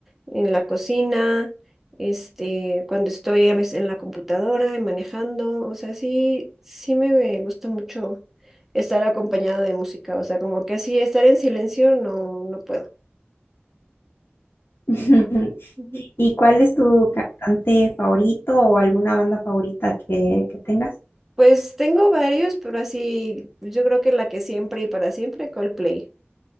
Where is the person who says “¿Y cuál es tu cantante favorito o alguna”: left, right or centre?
Left